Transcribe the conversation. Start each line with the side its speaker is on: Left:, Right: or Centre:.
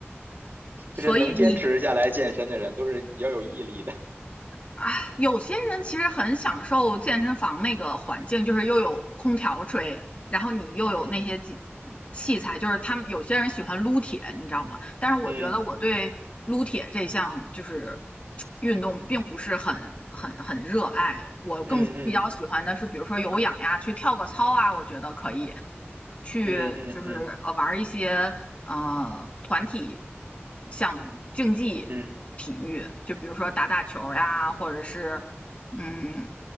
Right: 就是能坚持下来健身的人，
Left: 所以你
Right: 都是比较有毅力的。
Left: 啊，有些人其实很享受健身房那个环境，就是又有空调吹，然后你又有那些器
Right: 嗯
Left: 器材，就是他们有些人喜欢撸铁，你知道吗？但是我觉得我对撸铁这项就是
Right: 嗯
Left: 运动并不是很很很热爱，
Right: 嗯
Left: 我更比较喜欢的是比如说有氧呀，
Right: 嗯嗯
Left: 去跳个操啊，我觉得可以，去就是呃玩一些呃团体
Right: 嗯嗯
Left: 像竞技体育，
Right: 嗯
Left: 就比如说打打球呀，或者是嗯